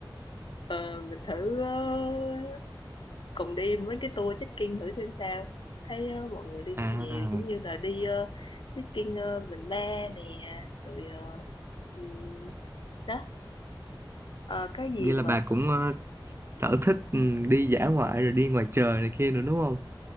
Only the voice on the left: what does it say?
Ờ, mình thử ờ, cùng đi mấy cái tour trekking thử xem sao. Thấy ờ, mọi người đi
cũng nhiều, giống như là đi uh, trekking uh, Bình Ba nè, rồi ờ, ừm, đó Ờ, cái gì
mà